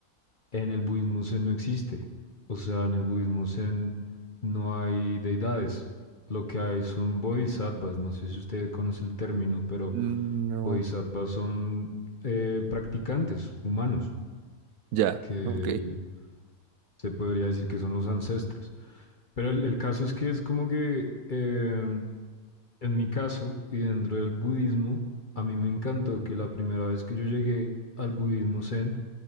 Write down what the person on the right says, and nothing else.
No,
ya,
ok,